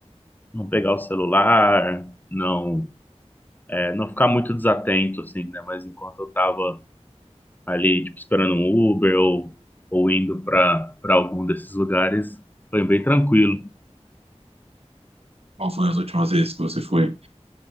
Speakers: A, on the left (about 15°); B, on the right (about 60°).
A: não pegar o celular, não, é, não ficar muito desatento, assim, né, mas enquanto eu estava ali, tipo, esperando um Uber ou, ou indo para para algum desses lugares, foi bem tranquilo.
B: Qual foi as últimas vezes que você foi?